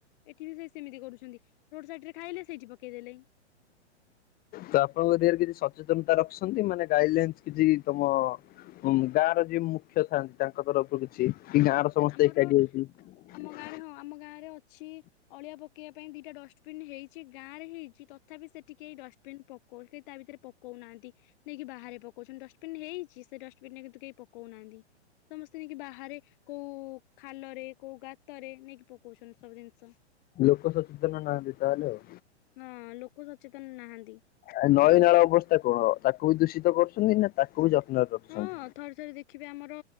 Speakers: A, on the left; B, on the left.
A: ଏଠି ବି ସେ ସେମିତି କରୁଛନ୍ତି ରୋଡ ସାଇଡରେ ଖାଇଲେ ସେଇଠି ପକେଇଦେଲେ।
B: ତ ଆପଣଙ୍କ ଏରିଆ ରେ କିଛି ସଚେତନତା ରଖିଛନ୍ତି ମାନେ ଗାଇଡ ଲାଇନ୍ କିଛି ତମ। ଗାଁ ର ଯିଏ ମୁଖ୍ୟ ଥାଆନ୍ତି ତାଙ୍କ। ତାଙ୍କ ତରଫରୁ କିଛି କି ଗାଁ ର ସମସ୍ତେ
A: ଆମର
B: ଏକାଠି ହେଇକି।
A: ଆମ ଗାଁରେ ହଁ ଆମ ଗାଁରେ ଅଛି ଅଳିଆ ପକେଇବା ପାଇଁ ଦିଟା ଡଷ୍ଟବିିନ ହେଇଛି ଗାଁ ରେ ହେଇଛି ତଥାପି ସେଠି କେଇ ଡଷ୍ଟବିନ୍। ଡଷ୍ଟବିନ ପକଉ କେହି ତା ଭିତରେ ପକଉନାହାନ୍ତି। ନେଇକି ବାହାରେ ପକଉଛନ୍ତି ଡଷ୍ଟବିନ ହେଇଛି ସେ ଡଷ୍ଟବିନ ରେ କିନ୍ତୁ କେହି ପକଉନାହାନ୍ତି। ସମସ୍ତେ ନେଇକି ବାହାରେ। କୋଉ ଖାଲରେ କୋଉ ଗାତରେ ନେଇକି ପକଉଛନ୍ତି ସବୁ ଜିନିଷ।
B: ଲୋକ ସଚେତନ ନାହାନ୍ତି ତାହେଲେ ଆଉ।
A: ହଁ ଲୋକ ସଚେତନ ନାହାଁନ୍ତି।
B: ଆ ନଈ ନାଳ ଅବସ୍ଥା କଣ ତାକୁ ବି ଦୂଷିତ କରୁଛନ୍ତି ନା ତାକୁ ବି ଯତ୍ନରେ ରଖୁଛନ୍ତି।
A: ହଁ ଥରେ ଥରେ ଦେଖିବେ ଆମର।